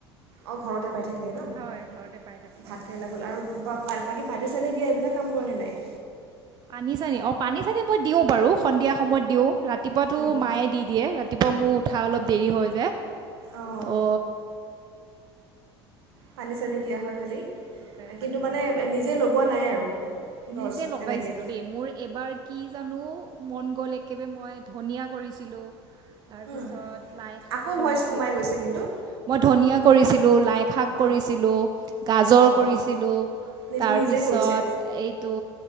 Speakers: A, on the right; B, on the right.
A: অঁ ঘৰতে পাই থাক ভালেই ন
B: হয় ঘৰতে পাই থাকোঁ
A: ভাতকেৰেলা
B: আৰু
A: আৰু পানী চানি দিয়া এইবিলাক কাম কৰা ন নাই
B: পানী চানী অ পানী চানী মই দিওঁ বাৰু সন্ধিয়া সময়ত দিওঁ ৰা ৰাতিপুৱাটো
A: উম,
B: মায়ে দি দিয়ে ৰাতিপুৱা মোৰঠ কঠা অলপ দেৰি হৈ যায়
A: অঁ
B: তো
A: পানী চানী দিয়া হয় খালী
B: পানী
A: কিন্তু মানে
B: চানি দিয়া হয়
A: নিজে লগোৱা নাই আৰু গছ
B: নিজে লগাইছিলো
A: এনেকৈ
B: দেই মোৰ এবাৰ কি জানো মন গ'ল একেবাৰে মই ধনীয়া কৰিছিলোঁ তাৰপিছত
A: উম,
B: লাই শাক
A: আকৌ
B: কৰিছিল
A: ভইচ সোমাই গৈছে কিন্তু
B: মই ধনিয়া কৰিছিলোঁ লাই শাক কৰিছিলোঁ
A: অঁ
B: গাজৰ
A: অঁ
B: কৰিছিলোঁ
A: এইটো
B: তাৰপিছত
A: নিজেই কৰিছে
B: এইটো